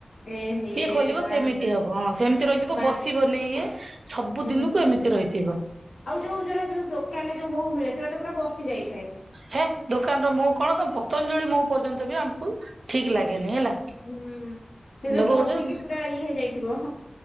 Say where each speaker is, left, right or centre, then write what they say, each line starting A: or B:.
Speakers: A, on the left; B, on the right.
A: ଏ ହେ
B: ସିଏ ଖୋଲିବ
A: ରାମ।
B: ସେମିତି ହବ ହଁ ସେମିତି ରହିଥିବ
A: ବାର
B: ବସିବନି ଇଏ ସବୁ
A: ହୁଁ
B: ଦିନକୁ ଏମି ତି ରହିଥିବ।
A: ଆଉ ଯୋଉ ଯୋଉରା ଦୋକାନରେ ଯୋଉ ମହୁ ମିଳେ ସେଇଟା ତ ପୁରା ବସି ଯାଇଥାଏ।
B: ହେ ଦୋକାନ ର ମହୁ କଣ ତମ ପତଞ୍ଜଳି ମହୁ ପର୍ଯ୍ୟନ୍ତ ବି ଆମକୁ ଠିକ ଲାଗେନି ହେଲା।
A: ହୁଁ ସେ ଯୋଉ
B: ଲୋକ
A: ବସିକି
B: କହୁଛନ୍ତି
A: ପୁରା ଇଏ ହେଇଯାଇଥିବ।